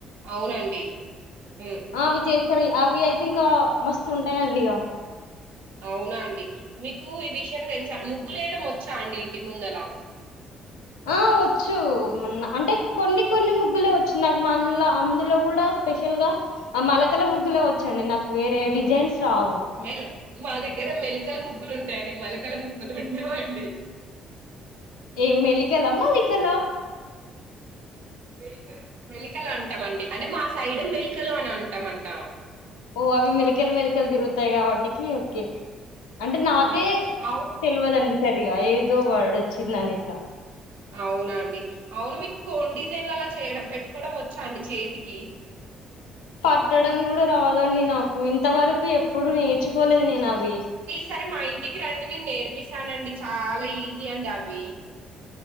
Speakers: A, on the right; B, on the left.
A: అవునండి హ్మ్మ్
B: ఆ, అవి చేస్తారు అవి అయితే ఇంకా మస్తు ఉంటాయండి ఇగా
A: అవునా అండి మీకు ఈ విషయం తెలుసా ముగ్గులు వేయడం వచ్చా అండి ఇంటి ముందలా
B: ఆ వచ్చు అంటే కొన్ని కొన్ని ముగ్గులే వచ్చు నాకు మల్ల అందులో కూడా స్పెషల్ గా మలకల ముగ్గులే వచ్చండి నాకు వేరే డిజైన్స్ స్ రావు
A: మె మా దగ్గర మెలికల ముగ్గులు ఉంటాయండి మలకల ముగ్గులు ఉండవాండి
B: ఎ మెలిక ఇకల మాాలికలా
A: మ మెలీకలు అంటామండి అంటే మా సైడ్ మెలికలు అని ట్టమంట
B: ఓ అవి మెలికలు మెలికలు తిరుగుతాయి కాబట్టికి ఓకే అంటే నాకే
A: ఉమ్ అవును
B: తెలవదండి సరిగా ఏదో వర్డ్ చ్చి నానిస
A: అవునండి అవును మీకు కోన్ డిజైన్ల అలా చేయ పెట్టుకోవడం వచ్చా అండి చేతికి
B: పట్టడం కూడా రాదండి నాకు ఇంతవరకు ఎప్పుడు నేర్చుకోలేదు నేను నవి
A: సరే మా ఇంటికి రండి నేను నేర్పిస్తానండి చాలా ఈజీ అండి అవి